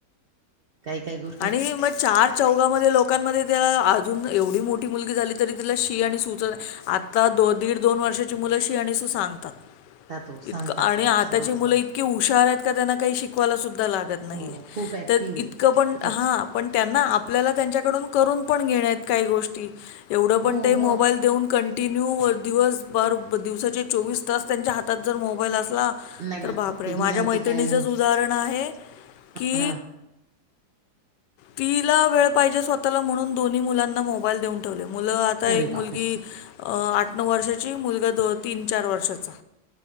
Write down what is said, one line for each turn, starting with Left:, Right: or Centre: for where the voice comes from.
Right: काही काही गो
Left: आणि म चार चौघामध्ये लोक लोकांमध्ये त्याला अजून एवढी मोठी मुलगी झाली तरी तिला शी आणि सु च आत आता दो दीड दोन वर्षाची मुलं शी आणि सुू सांगतात
Right: हो सांगतात
Left: इतकं आणि
Right: ना
Left: आताची
Right: बरोबर
Left: मुलं
Right: आहे
Left: इत इतक हुशार आहेत का त्यांना काही शिकवायला सुद्धा लागत नाहीये
Right: हो खूप ऍक्टिव्ह
Left: तर इतकं
Right: आहे
Left: पण
Right: खूपच
Left: हा. पण त्यांना आपल्याला त्यांच्याकडून करून पण घेण्यात काही गोष्टी एवढं पण
Right: हो
Left: ते मोबाईल
Right: मग
Left: देऊन. कंटिन्यू वर दिवस बर ब दिवसाचे चोवीस तास त्यांच्या हातात जर मोबाईल असला
Right: नाही
Left: तर
Right: ना
Left: बापरे
Right: ते
Left: माझ्या
Right: मुलांचं
Left: मैत्रिणीचच
Right: काय
Left: उदाहरण आहे कि
Right: हा
Left: तीला वेळ पाहिजे स्वतःला म्हणून दोन्ही मुलांना मोबाईल देऊन ठेवले मुलं आता
Right: अरे
Left: एक मुलगी
Right: बापरे
Left: आठ, नऊ वर्षाची मुलगा दो तीन, चार. वर्षाचा.